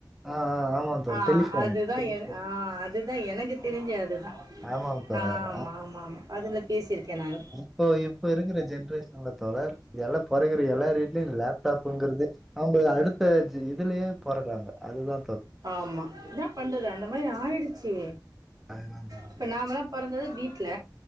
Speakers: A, in the centre; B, on the right (about 50°).
A: ஆ, ஆ ஆமாம் தோழர்.
B: ஆ
A: டெலிஃபோன்
B: அதுதா
A: டெலிஃபோன்.
B: எ ஆ அதுதா எனக்கு தெரிஞ்சி அதுதா
A: ஆமாம் தோழர்.
B: ஆ ஆமா ஆமா ஆமா அதுல பேசிருக்க நானு
A: சோ இப்ப இருக்கிற ஜென்ரேஷன்ல தோழர் எல்லா பொறக்குற எல்லார்கை லயு இந்த லேப்டாப்ங்கிறது அவுங்க அடுத்த ஜி இதுலயு பொறக்குறாங்க அதுதா
B: ஆமா இன்னாப் பண்றது அந்த மாரி ஆயிடுச்சி
A: அதுதான் தோழர்.
B: இப்ப நாமல்லா பொறந்தது வீட்ல